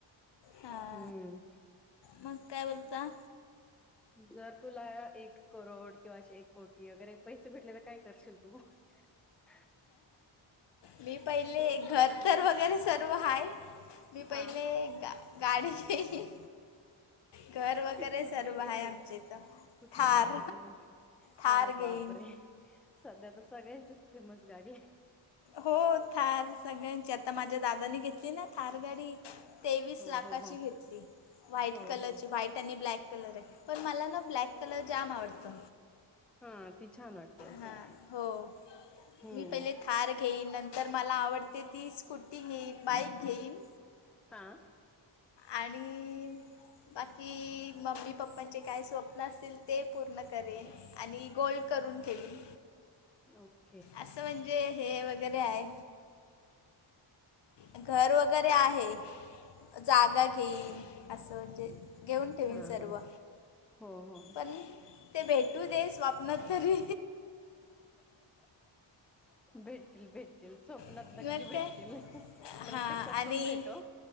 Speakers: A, on the left; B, in the centre.
A: हा.
B: हम्म.
A: मग काय बोलता.
B: जर तुला एक करोड किंवा अशे एक कोटी वगैरे पैसे भेटले तर काय करशील तू. <inaudible>
A: मी पहिले घर तर वगैरे सर्व हाय. मी
B: हा
A: पहिले गा गाडी घेईन. घर वगैरे
B: कुठली
A: सर्व
B: घेशील
A: आहे आमचे इथं
B: कुठली
A: थार.
B: घेशील मग
A: थार
B: अरे बापरे
A: घेईन
B: सध्या तर सगळ्यांचीच फेमस गाडी आहे.
A: हो थार सगळ्यांची आता माझ्या दादानी घेतली ना. थारगाडी तेवीस
B: हो
A: लाखाची
B: हो हो
A: घेतली. व्हाईट
B: हो
A: कलरची
B: हो
A: व्हाईट आणि ब्लॅक कलर आहे पण मला ना ब्लॅक कलर जाम आवडतो.
B: हा ती छान वाटते असं.
A: हां हो
B: हम्म
A: मी पहिले थार घेईन नंतर मला आवडते ती स्कुटी घेईन बाईक घेईन.
B: हा
A: आणि. बाकी मम्मी पप्पांचे काय स्वप्न असतील ते पूर्ण करेन. आणि गोल्ड करून ठेवीन.
B: <unintelligible>
A: असं म्हणजे हे वगैरे आहे. घर वगैरे आहे जागा घेईन असं म्हणजे. घेऊन ठेवीन
B: हा
A: सर्व
B: हा हो हो
A: पण ते भेटू दे स्वप. स्वप्नात तरी.
B: भेटतील भेटतील स्वप्नात
A: मग
B: नक्की भेटतील.
A: काय
B: पप्रत्यक्षात
A: हां आणि
B: पण भेटो.